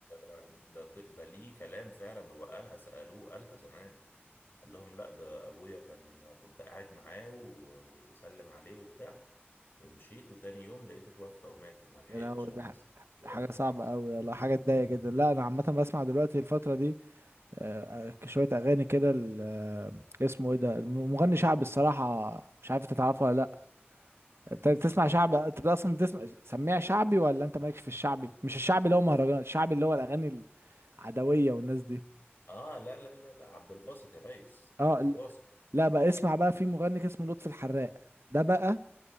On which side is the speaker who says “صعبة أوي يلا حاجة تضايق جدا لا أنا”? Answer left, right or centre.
Right